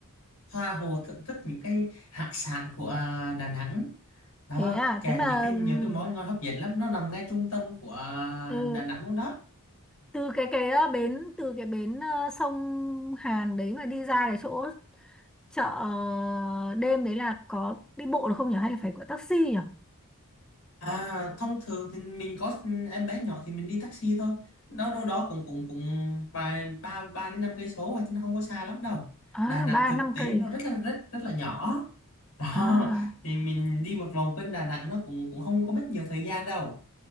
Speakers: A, on the left (about 85°); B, in the centre.
A: tha hồ thưởng thức những cái hải sản của à, Đà Nẵng đó
B: Thế à,
A: kèm
B: thế mà
A: những cái
B: ừm,
A: nhiều cái món ngon hấp dẫn lắm nó nằm ngay trung tâm của à,
B: ừ,
A: Đà Nẵng luôn đó
B: từ cái cái ờ, bến từ cái bến ờ, sông Hàn đấy mà đi ra cái chỗ chợ ờ, đêm đấy là có đi bộ được không nhỉ hay là phải gọi taxi nhỉ?
A: À, thông thường thì mình có em bé nhỏ thì mình đi taxi thôi. Nó đâu đó cũng cũng cũng vài ba ba đến năm cây số à, chứ nó không có xa lắm đâu.
B: À,
A: Đà Nẵng
B: ba
A: thực
B: năm
A: tế
B: cây.
A: nó rất là rất rất là nhỏ. <laughs> Đó,
B: À.
A: thì mình đi một vòng quanh Đà Nẵng nó cũng cũng không có mất nhiều thời gian đâu.